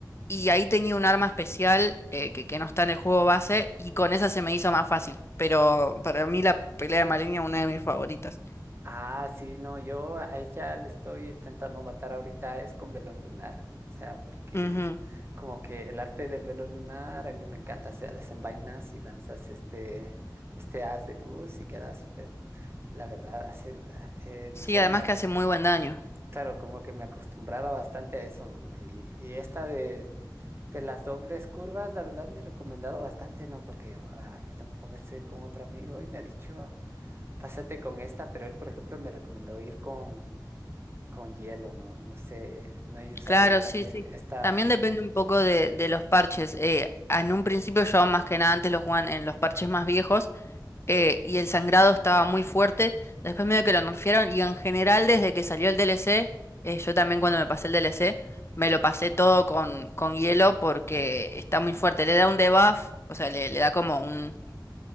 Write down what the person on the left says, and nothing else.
Y ahí tenía un arma especial eh, que, que no está en el juego base, y con esa se me hizo más fácil. Pero para mí la pelea de Malenia es una de mis favoritas.
Ujú.
Sí,
además
que hace muy buen daño.
Claro,
sí, sí.
También depende un poco de, de los parches. Eh, en un principio yo más que nada antes lo jugaban en los parches más viejos. eh, y el sangrado estaba muy fuerte. Después medio que lo nerfearon y en general desde que salió el DLC, eh, yo también cuando me pasé el DLC, me lo pasé todo con, con hielo porque está muy fuerte. Le da un debuff, o sea, le, le da como un